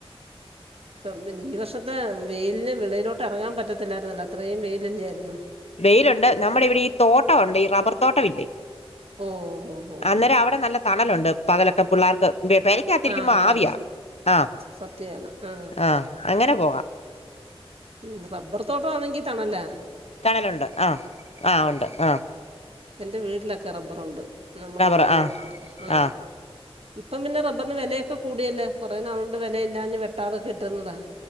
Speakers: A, on the right; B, on the left.
A: ഇപ്പം പിന്നെ ഈ വർഷത്തെ വെയിലിന് വിളയിലോട്ട് ഇറങ്ങാൻ പറ്റത്തില്ലായിരുന്നല്ലോ അത്രയും വെയിലല്ലായിരുന്നു
B: വെയിലുണ്ട് നമ്മുടെ ഇവിടെ ഈ തോട്ടം ഉണ്ട് ഈ റബ്ബർ റബ്ബറും തോട്ടം ഇല്ലേ
A: ഓ ഓ ഓ
B: അന്നേരം
A: ഓ
B: അവിടെ നല്ല തണലുണ്ട് പകലൊ- പിള്ളേർക്ക് പെരക്കാത്തിരിക്കുമ്പോ
A: ആ കളി
B: ആവിയ ആഹ
A: സത്യാണ് ആ
B: ആഹ അങ്ങനെ പോകാം
A: ഉ റബ്ബർ തോട്ടംമാണെങ്കി തണല്ല
B: തണലുണ്ട് ആഹ് ആഹ ഉണ്ട് ആഹ
A: എൻ്റെ വീട്ടിലൊക്കെ റബ്ബറുണ്ട് നമ്മൾ
B: റബ്ബർ
A: വന്ന്
B: ആഹ്
A: ആഹ
B: ആഹ്
A: ഇപ്പം പിന്നെ റബറിന് വിലയൊക്കെ കൂടിയല്ലേ കുറെ നാളു കൊണ്ട് കൊണ്ട് വിലയിലത്തൊണ്ട് വെട്ടാതൊക്കെ ഇട്ടിരുന്നതാ